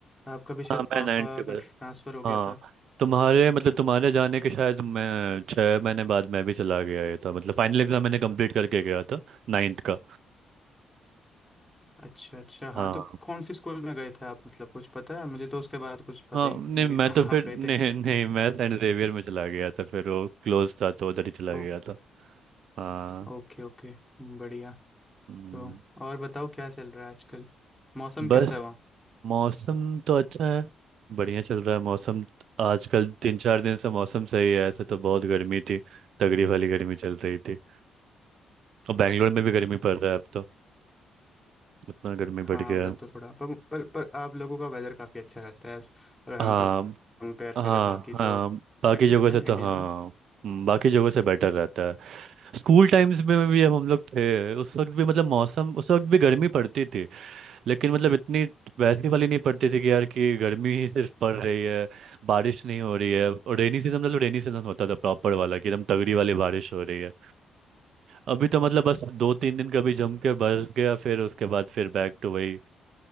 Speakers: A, in the centre; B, on the right (about 65°).
A: आपका भी शायद
B: हाँ मैं
A: पापा
B: नाइन्थ के बाद,
A: का ट्रांसफ़र हो गया
B: हाँ
A: था
B: तुम्हारे मतलब तुम्हारे जाने के शायद मैं छः महीने बाद मैं भी चला गया ये था मतलब फाइनल एग्ज़ाम मैंने कंप्लीट करके गया था नाइन्थ का
A: अच्छा अच्छा हाँ
B: हाँ
A: तो कौन से स्कूल में गए थे आप मतलब कुछ पता है मुझे तो उसके बाद कुछ पता
B: हाँ
A: ही नहीं
B: नहीं
A: है
B: मैं
A: कि <laughs> कहाँ
B: तो फिर
A: आप
B: <laughs>
A: गए
B: नहीं
A: थे
B: नहीं मैं सेंट जेवियर में चला गया था फिर वो क्लोज था तो उधर ही चला
A: ओ,
B: गया था हाँ
A: ओके ओके बढ़िया
B: हम्म,
A: तो और बताओ क्या चल रहा है आजकल मौसम
B: बस
A: कैसा है
B: मौसम तो अच्छा है बढ़िया चल रहा है मौसम आजकल तीन चार दिन से मौसम सही है ऐसे तो बहुत गर्मी थी तगड़ी वाली गर्मी चल रही थी और बैंगलोर में भी गर्मी पड़ रहा है अब तो इतना गर्मी बढ़
A: हाँ
B: गया
A: उधर
B: है
A: तो थोड़ा पर पर पर आप लोगों का वेदर काफ़ी अच्छा रहता है अगर हम
B: हाँ
A: कंपेयर
B: हाँ
A: करें बाकी जो
B: हाँ बाकी
A: सिटीज़
B: जगह
A: हैं
B: से तो
A: इंडिया
B: हाँ
A: में
B: हम्म, बाकी जगह से बेटर रहता है स्कूल टाइम्स में भी हम हम लोग थे उस वक्त भी मतलब मौसम उस वक्त भी गर्मी पड़ती थी लेकिन मतलब इतनी वैसी वाली नहीं पड़ती थी कि यार कि गर्मी ही सिर्फ पड़ रही है बारिश नहीं हो रही है और रेनी सीजन मतलब रेनी सीजन होता था प्रॉपर वाला कि एकदम तगड़ी वाली बारिश हो रही है अभी तो मतलब बस दो तीन दिन कभी जम के बरस गया फिर उसके बाद फिर बैक टू वही